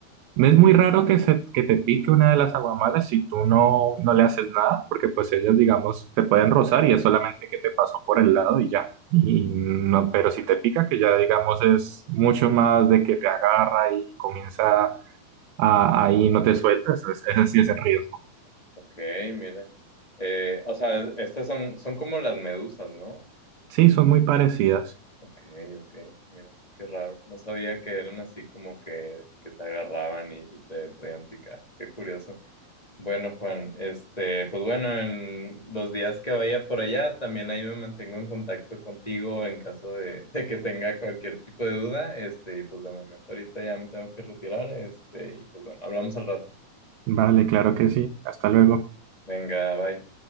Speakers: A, on the right (about 80°); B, on the left (about 20°).
A: no Es muy raro que, se, que te pique una de las aguamalas si tú no, no le haces nada, porque pues ellas, digamos, te pueden rozar y es solamente que te pasó por el lado y ya. Y no, pero si te pica, que ya digamos es mucho más de que te agarra y comienza a, ahí no te sueltas, ese sí es el riesgo.
B: Ok, mira. Eh, o sea, estas son, son como las medusas, ¿no?
A: Sí, son muy parecidas.
B: Ok, ok, mira, qué raro. No sabía que eran así como que, que te agarraban y, y te podían picar. Qué curioso. Bueno, Juan, este, pues bueno, en los días que vaya por allá, también ahí me mantengo en contacto contigo en caso de, de que tenga cualquier tipo de duda. Este, y pues de momento ahorita ya me tengo que retirar. Este, y pues bueno, hablamos al rato.
A: Vale, claro que sí. Hasta luego.
B: Venga, bye.